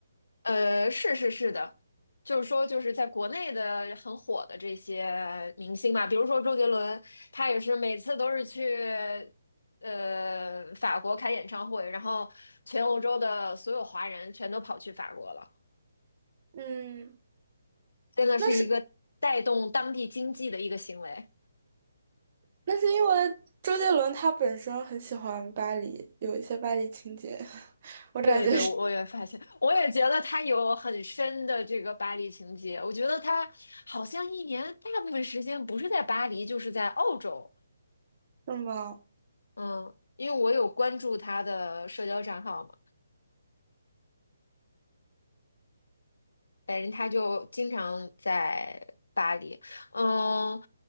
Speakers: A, on the left; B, on the right.
A: 呃，是是是的，就是说，就是在国内的很火的这些明星嘛，比如说周杰伦，他也是每次都是去呃法国开演唱会，然后全欧洲的所有华人全都跑去法国了。
B: 嗯，
A: 真的是一个带动当地经济的一个行为。
B: 那是那是因为周杰伦他本身很喜欢巴黎，有一些巴黎情节，<laughs> 我感觉是是
A: 对对，我我也发现，我也觉得他有很深的这个巴黎情节。我觉得他好像一年大部分时间不是在巴黎，就是在澳洲。
B: 吗？
A: 嗯，因为我有关注他的社交账号嘛，反正他就经常在巴黎。嗯，